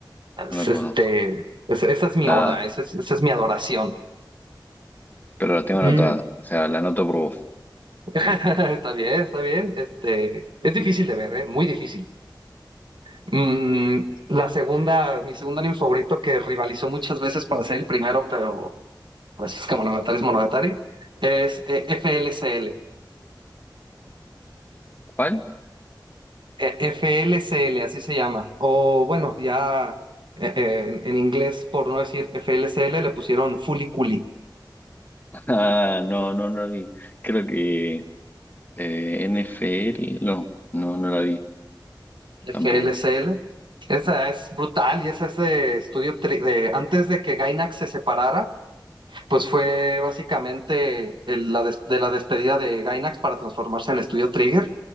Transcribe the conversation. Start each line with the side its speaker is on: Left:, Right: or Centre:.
Right: Es,
Left: no la
Right: este,
Left: conozco.
Right: es- esa es mi
Left: La,
Right: oda, esa es, esa es mi adoración.
Left: pero la tengo
Right: Mm,
Left: anotada, o sea, la anoto por vos.
Right: <laughs> Está bien, está bien. Este, es difícil de ver, ¿eh? Muy difícil. Mm, la segunda, mi segundo anime favorito que rivalizó muchas veces para ser el primero, pero... Francisca Monogatari es Monogatari, es eh, FLCL,
Left: ¿Cuál?
Right: eh, FLCL, así se llama. O bueno, ya eh, eh,
Left: Ujú.
Right: en,
Left: <laughs>
Right: en inglés, por no decir FLCL, le pusieron Fuliculi,
Left: Ah, no, no, no la vi. Creo que eh, NFL, no, no, no la vi
Right: FLCL.
Left: tampoco.
Right: Esa es brutal y es ese estudio tri- de antes de que Gainax se separara, pues fue básicamente el- la des- de la despedida de Gainax para transformarse en estudio Trigger.